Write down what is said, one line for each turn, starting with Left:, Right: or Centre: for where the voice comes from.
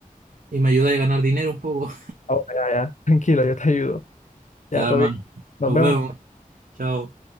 Right: y me ayudas a ganar dinero un poco.
Left: ahora ya, ya, <laughs> tranquilo, yo te ayudo. Ya,
Right: Ya,
Left: todo
Right: hermano,
Left: bien. Nos
Right: nos
Left: vemos.
Right: vemos. Chao.